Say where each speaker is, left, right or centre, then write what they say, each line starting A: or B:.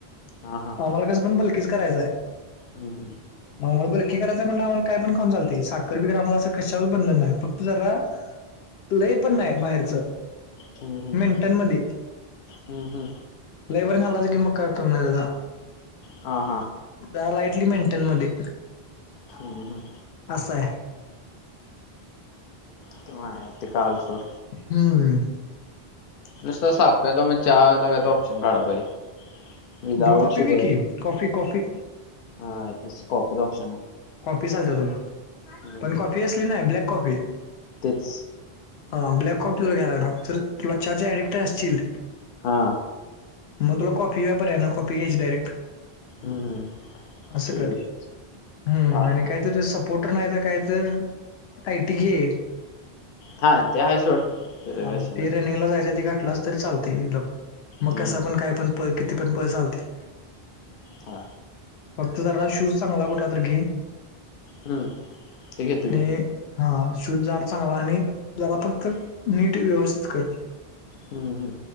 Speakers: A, on the left; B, on the left.
A: हा हा
B: आम्हाला कसं पण पलकीच करायचाय.
A: हम् हम
B: मग आम्हाला बलकी करायच म्हंलं आम्हाला कायण खऊन चालतय साखरिकगरा आम्हाला अस कशाच बंधन नाही फक्त जरा. लय पण नाही बाहेरच
A: हम्म हम्म
B: मिनंटनमधी
A: हम्म हम्म हम्म
B: लय बाइर खाल्लस की मग काय उपयोग नाही तेचा.
A: हा हा
B: दहा लाईटली मिनंटनमध्ये
A: हम्म हम
B: आसाय
A: ते मला ते कळांल सोड.
B: हम्
A: नुसता साखला मग चहा मध्ये ऑप्शन काढाय पाहिजे. विदाउट
B: मग कॉफी
A: शुगर
B: पी की कॉफी कॉफी
A: हा तेच कॉफीच ऑप्शन आहे
B: कॉफी चालते तुला
A: हम्म
B: पण कॉफी असली नाही ब्लॅक कॉफी
A: तेच
B: हा ब्लॅक कॉफी वर घ्यायला लागणार तर तुला चाची ऍडिकट असतील.
A: हा
B: मग तुला कॉफी घ्याय पर्याय नाही नाय कॉफी् घ्याययची डायरेक्ट
A: हम्म
B: असं
A: ते
B: कर हम्म
A: हा
B: आणि काय? तर सपोर्टर नाही तर काय तर टायटी घे.
A: हा ते हाय सोड त्याचा
B: हा
A: काय विषय
B: मग
A: नाही
B: ते रनिंगला जायच आधी घाटलाच तरी चालतय एकदम मग
A: हम्म
B: कस पण काय पण पळ किती पण पळ चालतय.
A: हा
B: फक्त जरा शूज चांगला कुठला तर घे.
A: हम्म! ते घेतो
B: आणि
A: की
B: हा शूज जाड चांगला आणि जरा फक्त नीट व्यवस्थित कर.
A: हम्म हम्म